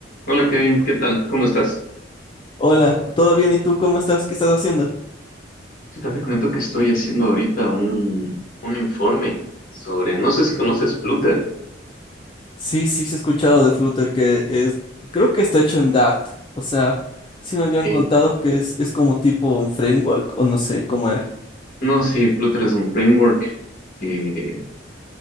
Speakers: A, on the left (about 50°); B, on the left (about 25°).
A: Hola Kevin, ¿qué tal? ¿Cómo estás?
B: Hola, ¿todo bien? ¿Y tú cómo estás? ¿Qué estás haciendo?
A: Chuta, te comento que estoy haciendo ahorita un, un informe sobre, no sé si conoces Flutter.
B: Sí, sí, sí he escuchado de Flutter que es, creo que está hecho en Dart. O sea, sí me habían
A: Eh,
B: contado que es, es como tipo un framework o no sé cómo era.
A: no, sí, Flutter es un framework que,